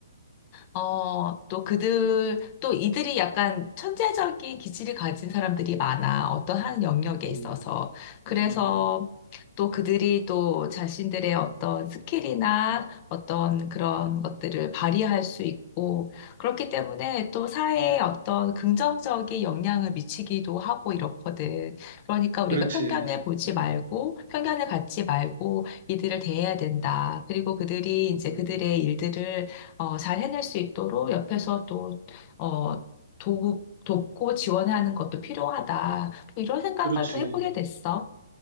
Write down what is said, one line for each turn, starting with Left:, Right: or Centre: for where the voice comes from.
Left: 어, 또 그들, 또 이들이 약간 천재적인 기질을 가진 사람들이 많아. 어떤 한 영역에
Right: 음.
Left: 있어서. 그래서
Right: 음,
Left: 또 그들이 또 자신들의 어떤 스킬이나 어떤 그런 것들을 발휘할 수 있고, 그렇기 때문에 또 사회에 어떤 긍정적인 영향을 미치기도 하고 이렇거든. 그러니까 우리가
Right: 그렇지.
Left: 편견을 보지
Right: 음,
Left: 말고, 편견을 갖지 말고 이들을 대해야 된다. 그리고 그들이 이제
Right: 음,
Left: 그들의 일들을 어, 잘 해낼 수 있도록 옆에서 또, 어, 도, 돕고 지원하는 것도 필요하다. 이런 생각을
Right: 그렇지.
Left: 또 해보게 됐어.